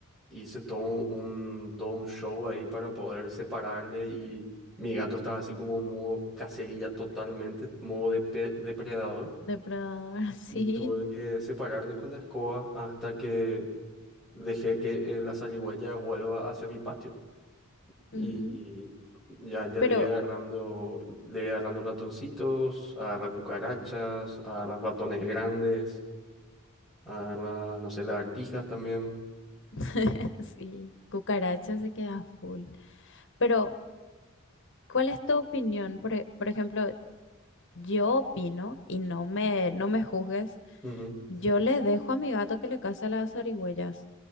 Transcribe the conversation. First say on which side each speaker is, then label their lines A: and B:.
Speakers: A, in the centre; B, on the left.
A: hice todo un, todo un show ahí para poder separarle y mi gato estaba así como en modo cacería totalmente, modo depe- depredador.
B: Depredador, <laughs>
A: Y tuve
B: sí.
A: que separarle con la escoba hasta que dejé que eh, la zarigüeya vuelva hacia mi patio. Y
B: Ujú.
A: ya, ya le
B: Pero
A: voy agarrando, le voy agarrando ratoncitos, agarrar cucarachas, agarrar ratones
B: ujú.
A: grandes, agarrar, no sé, lagartijas también.
B: <laughs> sí, cucaracha se queda full. Pero, ¿cuál es tu opinión? Por, e- por ejemplo, Yo opino, y no me, no me juzgues,
A: Ujú,
B: yo le dejo a mi gato que le case las zarigüeyas,